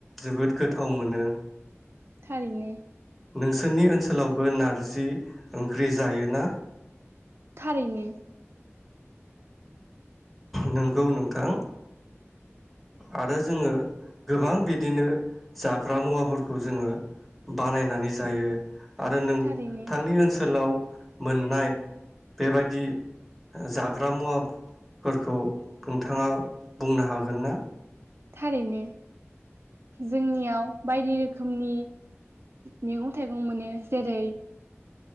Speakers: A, in the centre; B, on the right.
A: जोबोद गोथाव मोनो।
B: थारैनो।
A: नोंसोरनि ओनसोलावबो नारजि ओंख्रि जायो ना।
B: थारैनो।
A: नंगौ नोंथां आरो जोङो गोबां बिदिनो जाग्रा मुवाफोरखौ जोङो बानायनानै जायो। आरो नों
B: थारैनो
A: थांनि ओनसोलाव। मोननाय बेबायादि जाग्रा मुवा। फोरखौ नोंथाङा बुंनो हागोन ना।
B: थारैनो जोंनियाव बायदि रोखोमनि मैगं थाइगं मोनो जेरै